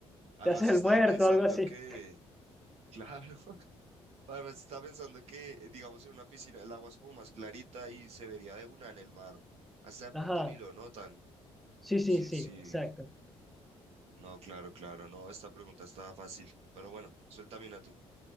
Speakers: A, on the right; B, in the centre.
A: Además
B: te haces
A: estaba
B: el muerto,
A: pensando
B: algo así.
A: que, <laughs> claro, <laughs> además estaba pensando que, eh, digamos, en una piscina el agua es como más clarita y se vería de una en el mar. Hasta de pronto
B: Ajá,
A: ni lo notan.
B: sí, sí,
A: Sí,
B: sí,
A: sí,
B: exacto.
A: no, claro, claro, no, esta pregunta está fácil. Pero bueno, suéltame una tú.